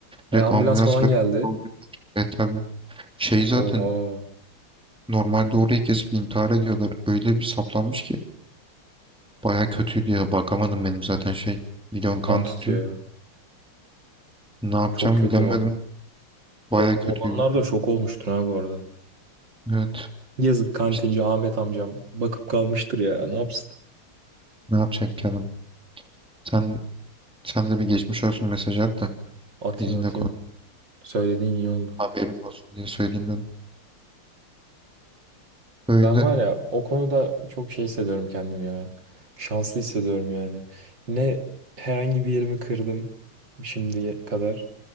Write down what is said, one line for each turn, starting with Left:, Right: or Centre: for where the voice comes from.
Right: E,
Centre: Direkt
Right: ambulans
Centre: ambulans
Right: falan
Centre: geldi.
Right: geldi.
Centre: E tabi. Şey zaten
Right: Oha
Centre: normalde orayı kesip intihar ediyorlar. Öyle bir saplanmış ki. Bayağı kötüydü ya. Bakamadım benim zaten şey. Milyon
Right: kan
Centre: kan
Right: tutuyor.
Centre: tutuyor. Ne yapacağımı
Right: Çok kötü
Centre: bilemedim.
Right: lan.
Centre: Bayağı
Right: Orada
Centre: kötüydü.
Right: olanlar da şok olmuştur ha bu arada.
Centre: Evet.
Right: Yazık kantinci
Centre: İşte
Right: Ahmet amcam bakıp kalmıştır ya. Ne yapsın?
Centre: ne yapacak ki adam? Sen, sen de bir geçmiş olsun mesaj at da.
Right: Atayım
Centre: Bizimle
Right: atayım.
Centre: konuş.
Right: Söylediğin iyi oldu.
Centre: Haberin olsun diye söyleyeyim dedim. Öyle.
Right: Ben var ya o konuda çok şey hissediyorum kendimi ya. Şanslı hissediyorum yani. Ne herhangi bir yerimi kırdım şimdiye kadar.